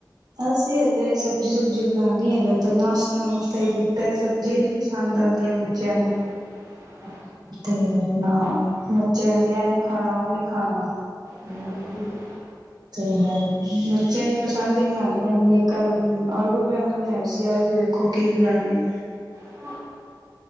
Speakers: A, on the right (about 60°); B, on the right (about 40°).
A: ਅਸੀਂ ਹਲੇ ਸਬਜ਼ੀ ਸੁਬਜੀ ਬਨਾਣੀ ਹਲੇ ਤੇ ਨਾਸ਼ਤਾ ਨੁਸ਼ਤਾ ਹੀ ਕੀਤਾ ਸਬਜ਼ੀ ਨੀ ਪਸੰਦ ਆਂਦੀਆਂ ਬੱਚਿਆਂ ਨੂੰ
B: <inaudible>
A: ਤੇ ਆਪਣਾ ਬੱਚੇ ਕਹਿੰਦੇ ਇਹ ਨੀ ਖਾਨਾ ਉਹ ਨੀ ਖਾਨਾ
B: ਹਮ,
A: ਤੇ ਬੱਚਿਆਂ ਦੀ ਪਸੰਦ ਹੀ ਬਨਾਨੀ ਪੈਂਦੀ ਏ ਕੱਲ ਆਲੂ ਬੈਂਗਨ ਬਨਾਏ ਸੀ ਅੱਜ ਦੇਖੋ ਕੀ ਬਨਾਨੇ ਆ।
B: ਹ <unintelligible>